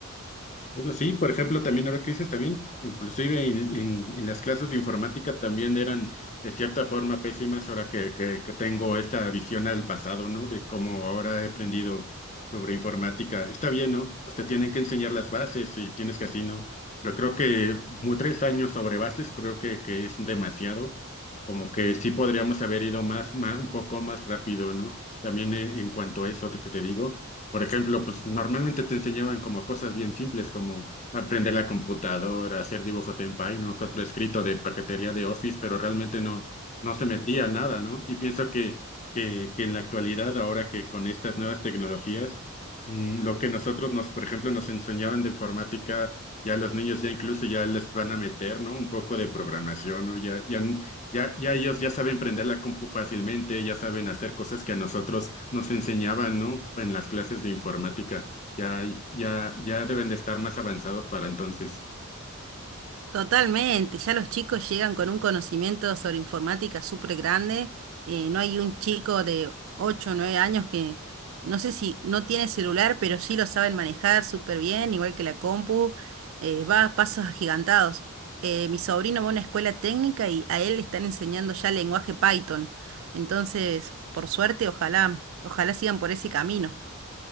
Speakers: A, on the left; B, on the right.
A: Eso sí, por ejemplo, también ahora que dices también, inclusive en, en- en las clases de informática también eran de cierta forma pésimas ahora que, que, que tengo esta visión al pasado, ¿no? De cómo ahora he aprendido sobre informática. Está bien, ¿no? Pues te tienen que enseñar las bases y tienes que así, ¿no? Pero creo que mu- tres años sobre bases creo que, que es demasiado como que sí podríamos haber ido más, más un poco más rápido, ¿no? También en, en cuanto a eso te- que te digo, por ejemplo, pues normalmente te enseñaban como cosas bien simples como aprender la computadora, hacer dibujos en Paint, ¿no? Otro escrito de paquetería de Office, pero realmente no, no se metía nada, ¿no? Y pienso que, que, que en la actualidad, ahora que con estas nuevas tecnologías, mm, lo que nosotros nos, por ejemplo, nos enseñaban de informática, ya los niños ya incluso ya les van a meter, ¿no? Un poco de programación, ¿no? Ya, ya ya, ya ellos ya saben prender la compu fácilmente, ya saben hacer cosas que a nosotros nos enseñaban, ¿no? En las clases de informática. Ya, ya, ya deben de estar más avanzados para entonces.
B: Totalmente, ya los chicos llegan con un conocimiento sobre informática súper grande. eh, no hay un chico de 8, o 9 años que no sé si no tiene celular, pero sí lo saben manejar súper bien, igual que la compu. eh, va a pasos agigantados. Eh, mi sobrino va a una escuela técnica y a él le están enseñando ya lenguaje Python. Entonces, por suerte, ojalá, ojalá sigan por ese camino.